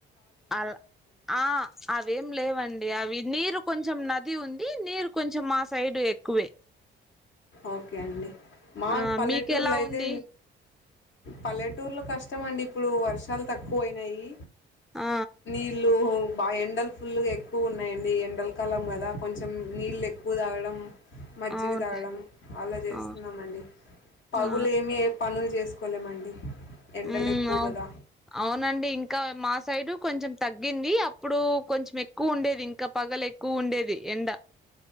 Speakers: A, in the centre; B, on the left.
A: అలా ఆ అవేం లేవండి అవి నీరు కొంచెం నది ఉంది నీరు కొంచెం మా సైడ్ ఎక్కువే
B: ఓకే అండి మాక్
A: ఆ
B: పల్లెటూర్లో
A: మీకెలా
B: అయితే
A: ఉంది
B: పల్లెటూర్లో కష్టం అండి ఇప్పుడు వర్షాలు తక్కువ అయినాయి
A: ఆ
B: నీళ్లు హ బాగా ఎండలు ఫుల్గా ఎక్కువ ఉన్నాయండి ఎండలకాలం గదా కొంచెం నీళ్లు ఎక్కువ తాగడం మజ్జిగ
A: అవును
B: తాగడము అలా చేస్తున్నామండి
A: ఆ
B: పగులు
A: ఆ
B: ఏమి ఏ పనులు చేసుకోలేమండి ఎండలు
A: ఉమ్
B: ఎక్కువ
A: అవు
B: గదా
A: అవునండి ఇంకా మా సైడ్ కొంచెం తగ్గింది అప్పుడు కొంచెం ఎక్కువ ఉండేది ఇంగా పగలు ఎక్కువ ఉండేది ఎండ